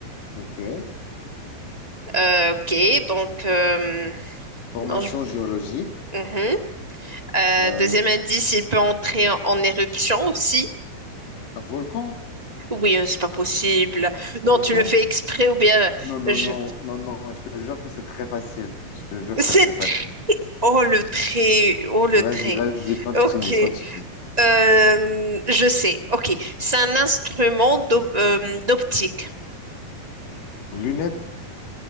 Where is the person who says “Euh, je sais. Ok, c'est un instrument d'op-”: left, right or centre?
Right